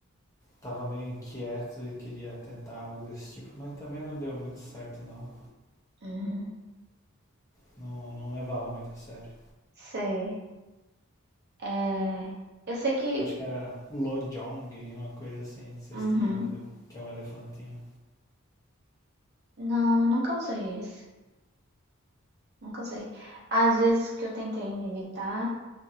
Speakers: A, on the left; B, on the right.
A: tava meio inquieto e queria tentar algo desse tipo, mas também não deu muito certo não.
B: Uhum.
A: Não, não levava muito a sério.
B: Sei. É, eu sei que.
A: Acho que era Lojong, uma coisa assim, não sei
B: Uhum.
A: se tu já viu, que é um elefantinho.
B: Não, eu nunca usei esse. Nunca usei. Às vezes que eu tentei meditar,